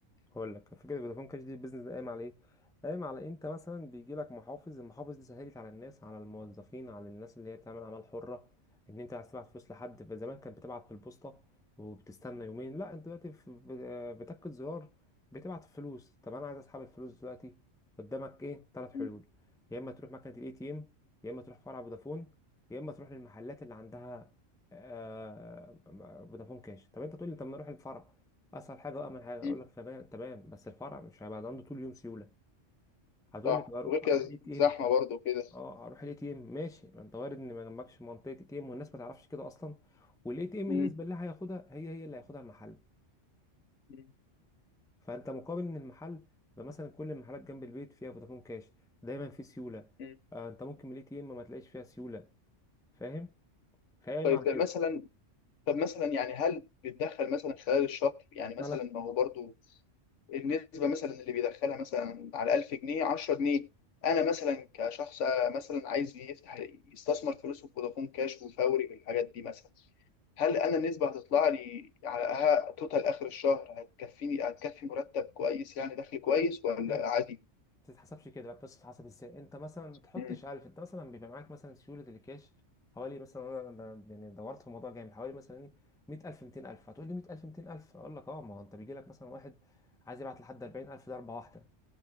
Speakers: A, in the centre; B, on the left (about 75°).
A: هقول لك فكره فودافون كاش دي البيزنس ده قايم على ايه قايم على إيه؟ انت مثلا بيجي لك محافظ المحافظ دي سهلت على الناس على الموظفين على الناس اللي هي بتعمل اعمال حره ان انت عايز تبعت فلوس لحد زمان كانت بتبعت في البوسطه وبتستنى يومين لا انت دلوقتي في- ب- بتكة زرار بتبعت فلوس طب انا عايز اسحب الفلوس دلوقتي قدامك ايه ثلاث حلول
B: مم.
A: يا اما تروح مكنه الاي تي ام يا اما تروح فرع فودافون يا اما تروح للمحلات اللي عندها آه، فودافون كاش طب انت تقول لي طب ما اروح الفرع اسهل حاجه وامن حاجه اقول
B: مم.
A: لك تمام تمام بس الفرع مش هيبقى عنده طول اليوم سيوله هتقول
B: صح
A: لي طب أرو-
B: وغير كده
A: اروح الاي تي
B: زحمه
A: ام
B: برضه كده
A: اه اروح الاي تي ام ماشي ما انت وارد ان ما جنبكش منطقه اي تي ام والناس ما تعرفش كده اصلا والاي تي ام
B: مم.
A: النسبه اللي هياخدها هي هي اللي هياخدها المحل
B: مم.
A: فانت مقابل ان المحل يبقى مثلا كل المحلات جنب البيت فيها فودافون كاش دايما في سيوله
B: مم.
A: آه انت ممكن من الاي تي ام ما تلاقيش فيها سيوله فاهم فاهم
B: طيب
A: على
B: مثلا
A: كده
B: طب مثلا يعني هل بتدخل مثلا خلال الشهر يعني مثلا
A: ما انا
B: ما هو برضو النسبة مثلا اللي بيدخلها مثلا على 1000 جنيه 10 جنيه أنا مثلا كشخص مثلا عايز يفتح يستثمر فلوسه في فودافون كاش وفوري والحاجات دي مثلا هل أنا النسبة هتطلع لي على ها- توتال آخر الشهر هتكفيني هتكفي مرتب كويس يعني دخل كويس ولا
A: هي
B: عادي؟
A: تتحسبش كده بقى بس تتحسب ازاي انت مثلا ما تحطش
B: مم.
A: الف انت مثلا بيبقى معاك مثلا سيوله الكاش حوالي مثلا انا أنا يعني دورت في الموضوع جامد حوالي مثلا ايه 100000 200000 هتقول لي 100000 200000 اقول لك اه ما هو انت بيجي لك مثلا واحد عايز يبعت لحد 40000 ده ضربه واحده